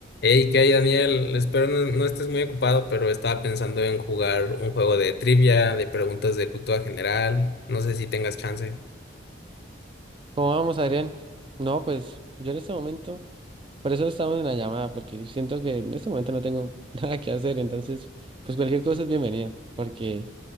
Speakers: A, on the left; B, on the right.
A: Hey, ¿qué hay, Daniel? Espero no, no estés muy ocupado, pero estaba pensando en jugar un juego de trivia, de preguntas de cultura general. No sé si tengas chance.
B: ¿Cómo vamos, Adrián? No, pues yo en este momento, por eso estamos en la llamada, porque siento que en este momento no tengo <laughs> nada que hacer, entonces, pues cualquier cosa es bienvenida, porque